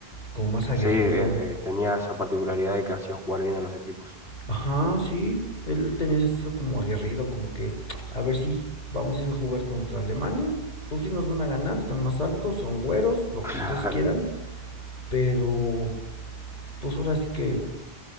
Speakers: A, on the left; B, in the centre.
A: como más aguerrido,
B: Sí, eh, eh, tenía esa particularidad de que hacía jugar bien a los equipos. <laughs>
A: Ajá, sí. Él tenía ese estilo como aguerrido, como que a ver si vamos a ir a jugar contra Alemania. Pues sí nos van a ganar, están más altos, son güeros, lo
B: Claro.
A: que ustedes quieran. Pero pues ahora sí que